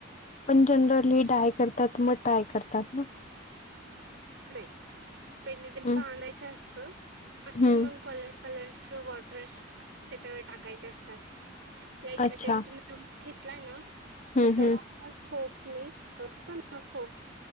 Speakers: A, on the left (about 40°); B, on the right (about 70°).
A: पण जनरली डाय करतात मग टाय करतात ना?
B: नाही पहिले ते
A: हम्म
B: बांधायचं असत आणि
A: हम्म
B: मग कलर कलर्स वॉटर्स त्याच्यावर टाकायचे असतात लाईक
A: अच्छा.
B: आता एक तुम्ही घेतलाय ना.
A: हम्म
B: तर त्याला
A: हम्म
B: फोक नी, असत ना फोक.